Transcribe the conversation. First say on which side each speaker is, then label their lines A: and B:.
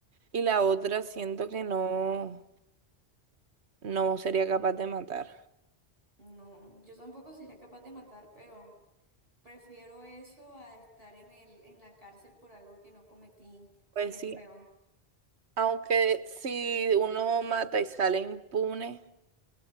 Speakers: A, on the right; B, on the right.
A: y la otra siento que no, no sería capaz de matar.
B: No, yo tampoco sería capaz de matar, pero... Prefiero eso a estar en el, en la cárcel por algo que no cometí. Sería
A: Pues sí,
B: feo.
A: aunque si uno mata y sale impune